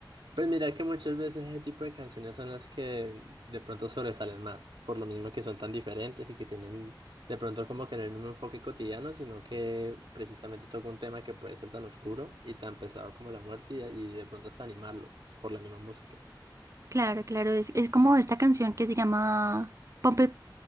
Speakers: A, on the right; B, on the right.
A: Pues mira que muchas veces ese tipo de canciones son las que de pronto sobresalen más, por lo mismo que son tan diferentes y que tienen de pronto como que no el mismo enfoque cotidiano, sino que precisamente toca un tema que puede ser tan oscuro y tan pesado como la muerte y, y de pronto hasta animarlo por la misma música.
B: Claro, claro, es, es como esta canción que se llama Pump It-